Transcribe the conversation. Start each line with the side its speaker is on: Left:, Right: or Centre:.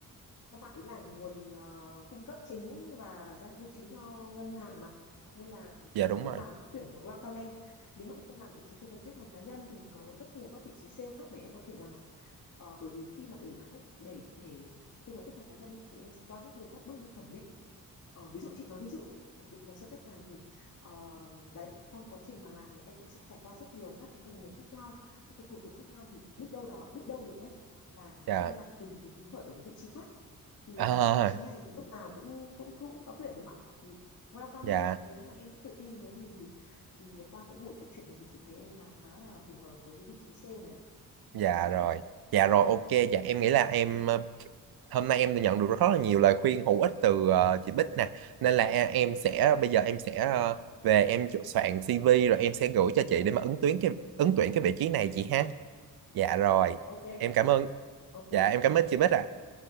Left: các bạn ấy là nguồn ờ, cung cấp chính và doanh thu chính cho ngân hàng mà nên là
Right: dạ đúng
Left: lúc
Right: rồi
Left: nào cũng tuyển vào welcome em nếu mà em không làm vị trí tư vấn khách hàng cá nhân thì có rất nhiều các vị trí sale khác để em có thể làm Ờ, bởi vì khi mà để làm khách để để tư vấn khách hàng cá nhân ý, thì em sẽ qua rất nhiều các bước như thẩm định Ờ, ví dụ chị nói ví dụ thôi thẩm định hồ sơ khách hàng thì ờ, đấy trong quá trình mà làm thì em cũng sẽ trải qua rất nhiều các cái ngành nghề khác nhau các cái thủ tục khác nhau thì biết đâu đó biết đâu được nhé là
Right: dạ
Left: em lại tìm được cái hứng khởi ở một vị trí khác thì
Right: à,
Left: cái vị trí này thì lúc nào cũng cũng cũng có tuyển em ạ thì welcome
Right: dạ
Left: em nếu mà em đã tự tin thế thì thì qua cái buổi trò chuyện này thì chị thấy em là khá là phù hợp với cái vị trí sale này đấy
Right: dạ rồi dạ rồi ok dạ em nghĩ là em ờ, hôm nay em đã nhận được rất là nhiều lời khuyên hữu ích từ ờ, chị Bích nè nên là e- em
Left: ừ,
Right: sẽ bây giờ em sẽ ờ, về em chu- soạn CV rồi em sẽ gửi cho chị để mà ứng tuyển cái ứng tuyển cái vị trí này chị ha dạ rồi
Left: ok
Right: em cảm ơn
Left: ok
Right: dạ em cảm ơn chị Bích ạ